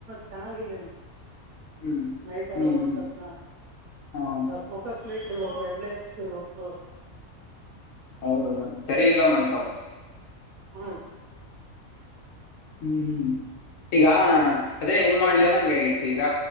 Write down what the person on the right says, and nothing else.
ಚೆನ್ನಾಗಿಲ್
ನೈಟ್ ಎಲ್ಲ
ಓಡ್ಸಕ
ಫೋಕಸ್ ಲೈಟ್ <inaudible> ಸಿರ್ಮಕ್ಕ
ಹ್ಮ <unintelligible>